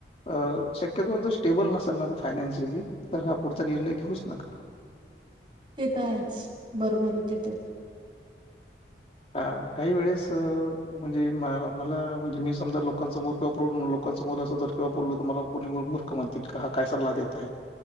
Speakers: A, on the left (about 35°); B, on the right (about 25°).
A: अ शक्यतो जर स्टेबल नसेल ना जर फायनान्शियली तर हा पुढचा निर्णय घेऊच नका.
B: ते तर आहेच बरोबर आहे ते तर.
A: हां काही वेळेस म्हणजे मला म्हणजे मी समजा लोकांसमोर प्रकट लोक किंवा समोर अस जर किंवा बोललो तर मला कोणी मूर्ख म्हणतील का हा काय सल्ला देत आहे.